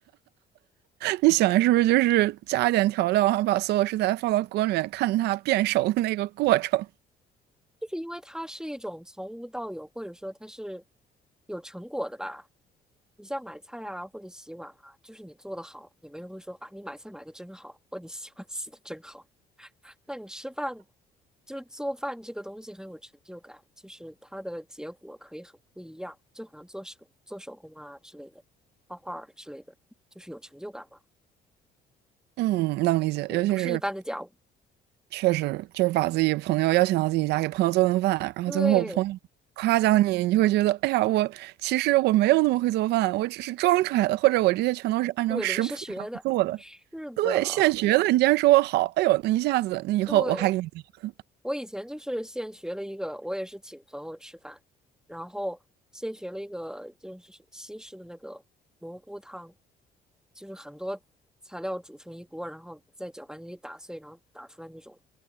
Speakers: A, on the right; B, in the centre.
A: 你喜欢是不是就是加一点调料，然后把所有食材放到锅里面，看它变熟的那个过程？
B: 就是因为它是一种从无到有，或者说它是有成果的吧。你像买菜啊，或者洗碗啊，就是你做的好，也没人会说啊，你买菜买的真好，或你洗碗洗的真好。那你吃饭，就是做饭这个东西很有成就感，就是它的结果可以很不一样，就好像做手做手工啊之类的，画画儿之类的，就是有成就感嘛。
A: 嗯，能理解，
B: 对，
A: 尤其是
B: 不是一般的家务。
A: 确实就是把自己朋友邀请到自己家，给朋友做顿饭，然后最后朋友夸奖你，
B: 对
A: 你就会觉得，哎呀，我其实我没有那么会做饭，我只是装出来的，或者我这些全都是按照食谱上做的，
B: 对，临时学的，是的，
A: 对，现学的。你竟然说我好，哎呦，那一下子，那以后我还给你做，
B: 对，我以前就是现学了一个，我也是请朋友吃饭，然后现学了一个就是西式的那个蘑菇汤，就是很多材料煮成一锅，然后在搅拌机里打碎，然后打出来那种